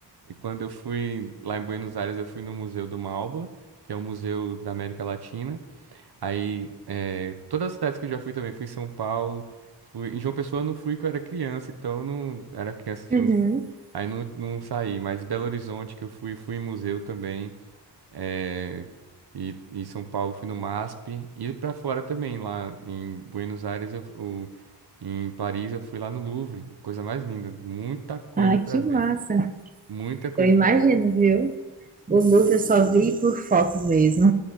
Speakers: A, on the right; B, on the right.
A: E quando eu fui lá em Buenos Aires, eu fui no Museu do Malba, que é um museu da América Latina. Aí, é, todas as cidades que eu já fui também, fui em São Paulo, fui, em João Pessoa eu não fui que eu era criança, então eu não era criança, tinha
B: Uhum.
A: uns- aí não, não saí, mas Belo Horizonte que eu fui, fui em museu também, é, e, e São Paulo fui no MASP, e pra fora também, lá em Buenos Aires, eu, o- em Paris eu fui lá no Louvre, coisa mais linda, muita coisa
B: Ah,
A: pra
B: que
A: ver,
B: massa!
A: muita coisa
B: Eu imagino,
A: pra ver.
B: viu? O Louvre eu só vi por fotos mesmo.